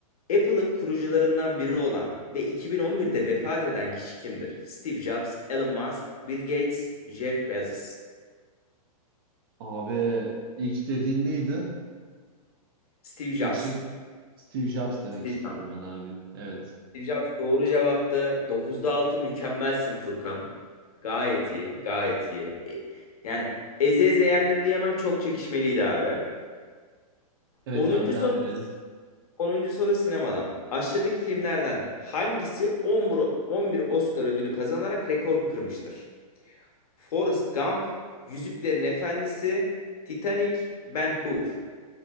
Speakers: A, on the left; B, on the right.
A: Apple'ın kurucularından biri olan ve 2011'de vefat eden kişi kimdir? Steve Jobs, Elon Musk, Bill Gates, Jeff Bezos.
B: Abi ilk dediğin neydi?
A: Steve Jobs.
B: İlk şık. Steve Jobs demek
A: Steve
B: istiyorum
A: Jobs.
B: ben abi. Evet.
A: Steve Jobs doğru cevaptı. 9'da 6 mükemmelsin Furkan. Gayet iyi, gayet iyi. E, yani eze eze yendim diyemem çok çekişmeliydi abi.
B: Evet
A: 10.
B: abi devam
A: soru
B: edelim.
A: 10. soru sinemadan. Aşağıdaki filmlerden hangisi 11, 11 Oscar ödülü kazanarak rekor kırmıştır? Forrest Gump, Yüzüklerin Efendisi, Titanic, Ben Hur.